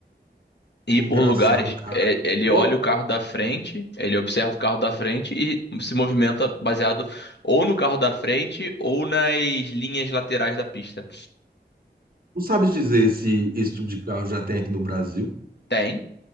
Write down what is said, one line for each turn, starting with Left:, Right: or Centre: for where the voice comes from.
Left: ir
Right: Engraçado,
Left: por lugares.
Right: cara.
Left: É, Ele
Right: Bo-
Left: olha o carro da frente, ele observa o carro da frente e se movimenta baseado ou no carro da frente ou nas linhas laterais da pista.
Right: Não sabe dizer se esse tipo de carro já tem aqui no Brasil?
Left: Tem,